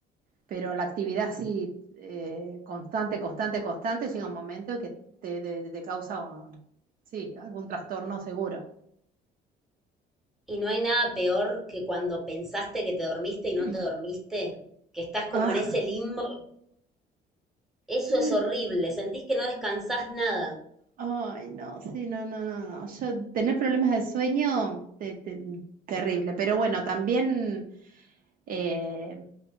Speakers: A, on the right (about 55°); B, in the centre.
A: pero la actividad sí eh, constante, constante, constante, llega un momento en que te, te- te causa, un- sí, algún trastorno seguro.
B: Y no hay nada peor que cuando pensaste que te dormiste y no
A: <clears throat>
B: te dormiste, que estás como
A: Ah.
B: en ese limbo. Eso
A: <laughs>
B: es horrible, sentís que no descansás nada.
A: Ay, no, sí, no, no, no, no. Yo tener problemas de sueño, te- te- terrible. Pero bueno, también eh,